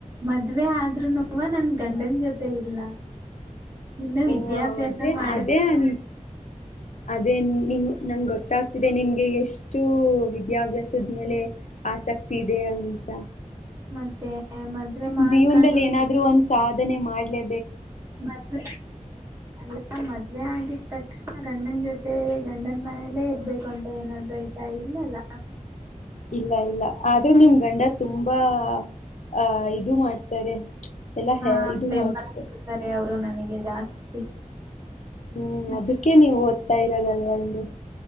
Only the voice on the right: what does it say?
ಮದ್ವೆ ಆದ್ರುನುವ ನನ್ ಗಂಡನ್ ಜೊತೆ ಇಲ್ಲ. ಇನ್ನು ವಿದ್ಯಾಭ್ಯಾಸ
ಮಾಡ
<unintelligible> ಮಾಡ್ಕೊಂಡಿ
ಮದ್ ಯ ಮದ್ವೆ ಆಗಿತ್ತು ತೃಕ್ಷ್ಣ ಗಂಡನ್ ಜೊತೆ ಗಂಡನ್ ಮನೇಲೆೇ ಇರ್ಬೇಕು ಅಂತ ಏನಾದ್ೂ ಆಯ್ತಾ ಇರ್ಲಲ್ಲ
ಹಾ
ಬೆಂಬಲ
ಕೊಡ್ತಾರೆ ನನಗೆ ಜಾಸ್ತಿ
ನನ್ನ